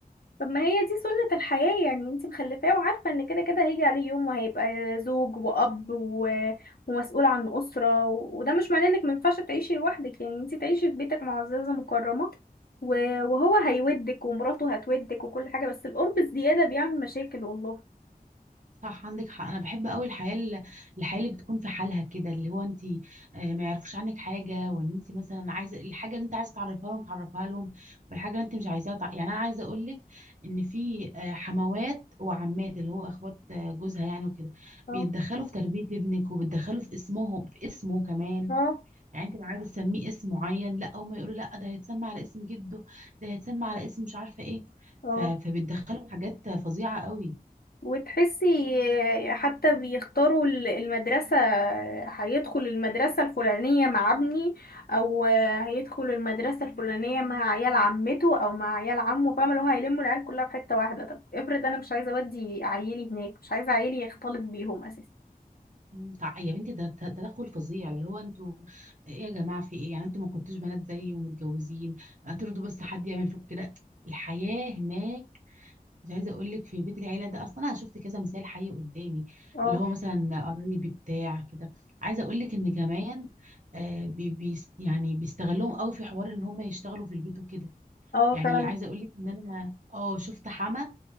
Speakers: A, on the left; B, on the right.
A: طب ما هي دي سنة الحياة يعني انت مخلفاه وعارفة ان كده كده هيجي عليه يوم وهيبقى زوج وأب و... ومسؤول عن أسرة و... وده مش معناه انك مينفعش تعيشي لوحدك يعني انت تعيشي في بيتك معززة مكرمة و... وهو هيودك ومراته هتودك وكل حاجة بس القرب الزيادة بيعمل مشاكل والله
B: صح عندك حق انا بحب قوي الحياه ال- الحياه اللي بتكون في حالها كده اللي هو انت آه، ما يعرفوش عنك حاجه وان انت مثلا عايزه الحاجه اللي انت عايزه تعرفها لهم تعرفها لهم والحاجه اللي انت مش عايزاها تع... يعني انا عايزه اقول لك ان في آه، حموات وعمات اللي هو اخوات آه، جوزها يعني وكده
A: اه
B: بيتدخلوا في تربيه ابنك وبيتدخلوا في اسمه في اسمه كمان
A: اه
B: يعني انت لو عايزه تسميه اسم معين لا هم يقولوا لا ده هيتسمى على اسم جده ده هيتسمى على اسم مش عارفه ايه
A: اه
B: ف... فبيتدخلوا في حاجات فظيعه قوي
A: وتحسي حتى بيختاروا ال- المدرسة هيدخل المدرسة الفلانية مع ابني أو هيدخل المدرسة الفلانية مع عيال عمته أو مع عيال عمه فاهمة اللي هو هيلموا العيال كلها في حتة واحدة طب افرض أنا مش عايزة أودي عيالي هناك مش عايزة عيالي يختلط بيهم أساسا
B: مم، تع- يا بنتي ده ده ده تدخل فظيع اللي هو انتوا ايه يا جماعه في ايه يعني انتوا ما كنتوش بنات زيي ومتجوزين هترضوا بس حد يعمل فيكم كده الحياه هناك مش عايزه اقول لك في بيت العيله ده اصلا انا شفت كذا مثال حي قدامي
A: اه
B: اللي هو مثلا قرايبي بتاع كده عايزه اقول لك ان كمان آه بي بي يعني بيستغلوهم قوي في حوار ان هم يشتغلوا في البيت وكده
A: اه
B: يعني
A: فعلا
B: عايزه اقول لك ان انا اه شفت حما